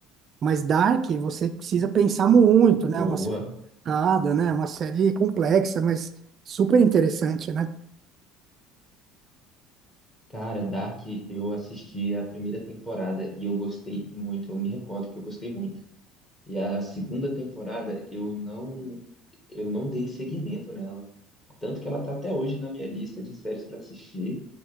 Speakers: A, on the right; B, on the left.
A: Mas Dark, você precisa pensar muito, né?
B: Boa.
A: Uma série, complicada, né? Uma série complexa, mas super interessante, né?
B: Cara, Dark, eu assisti a primeira temporada e eu gostei muito. Eu me recordo que eu gostei muito. E a segunda temporada eu não eu não dei seguimento nela, tanto que ela tá até hoje na minha lista de séries para assistir